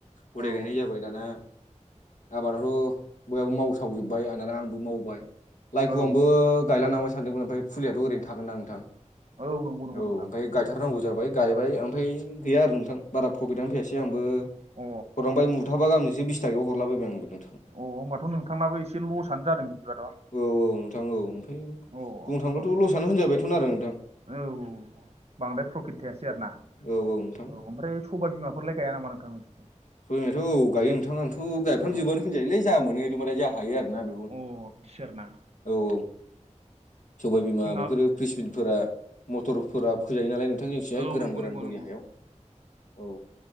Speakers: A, on the left; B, on the right.
A: गदाय
B: औ
A: गायनाय जाबाय दाना आबादाथ' बयहाबो मावसावजोबबाय <unintelligible> आंबो मावबाय। <unintelligible>
B: औ
A: आंबो गायला नांबाय सानदोंमोन ओमफाय फुलियाथ' ओरैनो थागोन ना नोंथां
B: औ नंगौ नंगौ
A: औ
B: नोंथां
A: ओंखायनो गाय थारनांगौ जाबाय गायबाय ओमफाय गैया आरो नोंथां बारा प्रफिटआनो फैयासै आंबो
B: अ
A: हरनांबाय मुथाबा गामजोंसो बिस थाखायाव हरला बाय बाय आंबो नोंथां।
B: अ होमबाथ' नोंथांनाबो एसे लसआनो जादों बिदिबाथ'।
A: औ औ नोंथां औ ओमफ्राय बुंनो
B: औ
A: थांब्लाथ'
B: औ
A: लसआनो होनजाबायथ' आरो नोंथां।
B: औ बांद्राय प्रफिट थायासै आरो ना
A: औ नोंथां
B: औ ओमफ्राय सबाय बिमाफोरलाय गाया नामा नोंथां?
A: <unintelligible> औ गायो नोंथां आंथ' गायफ्राम
B: औ
A: जोबोआनो होनजायोलै जा मोनो <unintelligible> जा हायो आरोना <unintelligible>
B: अ बिदिसो आरोना
A: औ औ। सबायबिमा
B: जोंहा
A: बेफोरो फ्रिसबिनफोरा मटरफोरा फोजायो नालाय <unintelligible>
B: औ
A: गोरान
B: नंगौ
A: गोरान
B: नंगौ
A: बोरि
B: नंगौ
A: हायाव औ